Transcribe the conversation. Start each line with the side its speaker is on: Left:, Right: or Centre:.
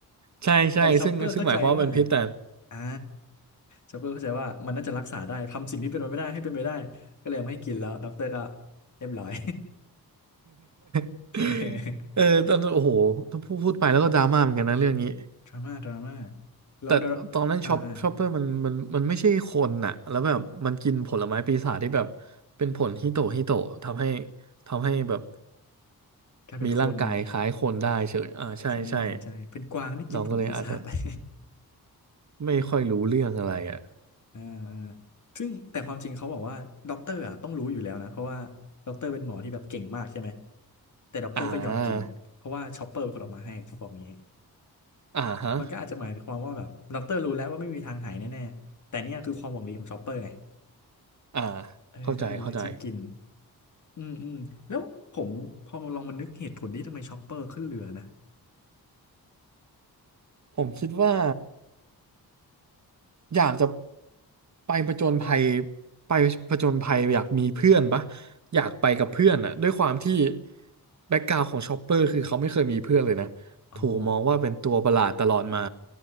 Right: ใช่ใช่ซึ่งซึ่งหมายความว่าเป็นพิษแต่
Left: <laughs> แต่ชอปเปอร์เข้าใจว่าอ่าชอปเปอร์เข้าใจว่ามันน่าจะรักษาได้ทำสิ่งที่เป็นไปไม่ได้ให้เป็นไปได้ก็เลยเอามาให้กินแล้วด็อกเตอร์ก็เรียบร้อย
Right: <laughs>
Left: <laughs>
Right: เออตอนนั้นโอ้โหถ้าพูดพูดไปแล้วก็ดราม่าเหมือนกันนะเรื่องนี้
Left: ดราม่าดราม่าแล้วดราอ่าอ่า
Right: แต่ตอนนั้นช็อปช็อปเปอร์มันมันมันไม่ใช่คนน่ะแล้วแบบมันกินผลไม้ปีศาจที่แบบเป็นผลฮิโตะฮิโตะทำให้ทำให้แบบ
Left: กลายเป็นคน
Right: มีร่างกายคล้ายคนได้เฉยอ่า ใช่ใช่
Left: ใช่ใช่เป็นกวางที่กินผลปีศาจ
Right: น้องก็เลยอาจจะ
Left: <laughs>
Right: ไม่ค่อยรู้เรื่องอะไรอ่ะ
Left: อ่า <laughs> อ่าซึ่งแต่ความจริงเขาบอกว่าด็อกเตอร์อ่ะต้องรู้อยู่แล้วนะเพราะว่าด็อกเตอร์เป็นหมอที่แบบเก่งมากใช่ไหมแต่ด็อกเตอร์ก็ยอมกินเพราะว่าชอปเปอร์เป็นคนออกมาให้เขาบอกอย่างนี้
Right: อ่าอ่าฮะ
Left: มันก็อาจจะหมายความว่าแบบด็อกเตอร์รู้แล้วว่าไม่มีทางหายแน่ๆแต่เนี่ยคือความหวังดีของชอปเปอร์ไง
Right: อ่า
Left: เออก็เลยเลือกจะกิน
Right: เข้าใจเข้าใจ
Left: อืมอืมแล้วผมพอมาลองมานึกเหตุผลที่ทำไมชอปเปอร์ขึ้นเรือนะ
Right: ผมคิดว่าอยากจะไปผจญภัยไปผจญภัยอยากมีเพื่อนปะอยากไปกับเพื่อนอะด้วยความที่แบ็กกราวของชอปเปอร์คือเขาไม่เคยมีเพื่อนเลยนะถูกมองว่าเป็นตัวประหลาดตลอดมา
Left: อ๋อ